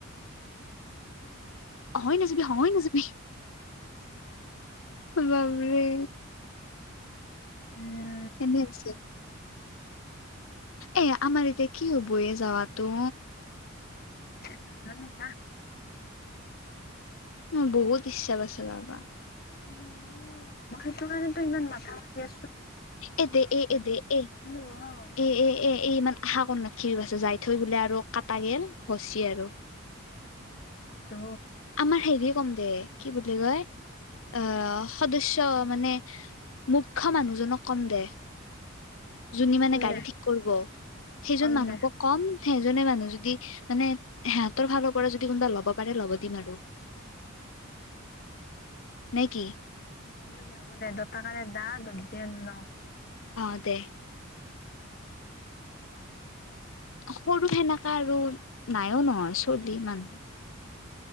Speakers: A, on the left; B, on the left.
A: হৈ নাযাবি হৈ নাযাবি বাবৰে
B: <unintelligible>
A: কেনে আহিছে এয়া আমাৰ এতিয়া কি হবয়ে যাৱাতো
B: <unintelligible>
A: মোৰ বহুত ইচ্ছা গৈছে যাবা
B: মোৰো মই সেইটো কাৰণেতো ইমান নাখাওঁ
A: এ দে এ এ দে এ
B: <unintelligible>
A: এ এ এ এ ইমান আশা কৰি নাতকিবি যাই থৈ বোলে আৰু কাটা গল হচি আৰু <inaudible>
B: সেটো
A: আমাৰ হেৰি কম দে কি বুলি কয় আহ সদস্য মানে মূৰ্খ্য মানুহজনক কম দে যোনে মানে
B: কম
A: গাড়ী
B: দে
A: ঠিক কৰিব সেইজন
B: কম
A: মানুহকক
B: দে
A: কম সেইজনে মানুহ যদি মানে সিহঁতৰ ফালৰ পৰা যদি কোনোবা ল'ব পাৰে ল'ব দিম আৰু নে কি
B: হ'ব দে হ'ব দে দা ন
A: অ দে সৰু সেনেকা আৰু নাইও নহয় চলি মানুহ